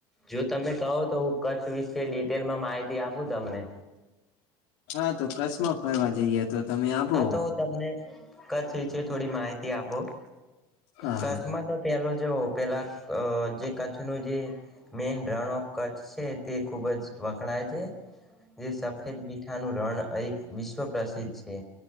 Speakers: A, in the centre; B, on the left.
A: જો તમે કહો તો હું કચ્છ વિશે ડિટેલમાં માહિતી આપું તમને.
B: હા તો કચ્છમાં ફરવા જઈએ તો. તમે આપો
A: હા તો હું તમને કચ્છ વિશે થોડી માહિતી આપું
B: હા
A: કચ્છમાં
B: હા
A: તો પેલો જો પેલાં અ જે કચ્છનો જે મેન રન ઓફ કચ્છ છે તે ખૂબ જ વખણાય છે. જે સફેદ મીઠાનું રણ એક વિશ્વ પ્રસિદ્ધ છે.